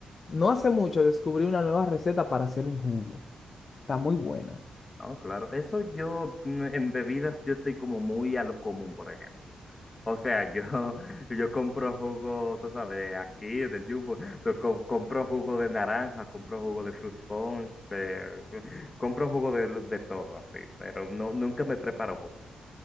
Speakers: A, on the left; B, on the left.
A: no hace mucho descubrí una nueva receta para hacer un jugo. Está muy buena.
B: Oh, claro. Eso yo, mm, en bebidas, yo estoy como muy a lo común, por ejemplo. O sea, yo, <laughs> yo compro jugo, tú sabes, aquí en el Jumbo, lo co- compro jugo de naranja, compro jugo de fruit punch, eh, compro jugo de, de todo, así, pero no, nunca me preparo jugo.